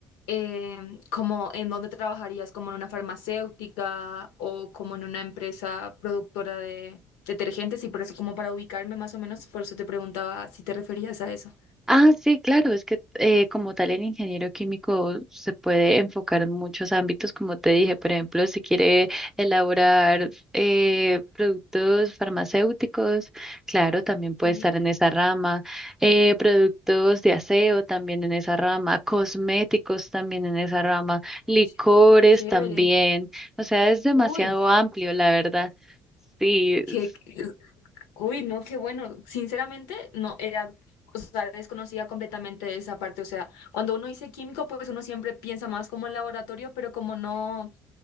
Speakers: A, on the left (about 80°); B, in the centre.
A: eh, como en dónde trabajarías, como en una farmacéutica o como en una empresa productora de detergentes y por eso como para ubicarme más o menos, por eso te preguntaba si te referías a eso.
B: Ah, sí, claro, es que eh, como tal el ingeniero químico se puede enfocar en muchos ámbitos, como te dije, por ejemplo, si quiere elaborar eh, productos farmacéuticos, claro, también puede
A: Sí,
B: estar en esa rama, eh, productos de aseo también en esa rama, cosméticos también en esa rama, licores
A: ch- chévere.
B: también, o sea, es demasiado
A: Uy,
B: amplio, la verdad. Sí,
A: qué,
B: es-
A: Uy, no, qué bueno. Sinceramente, no era, o sea, desconocía completamente esa parte. O sea, cuando uno dice químico, pues uno siempre piensa más como en laboratorio, pero como no,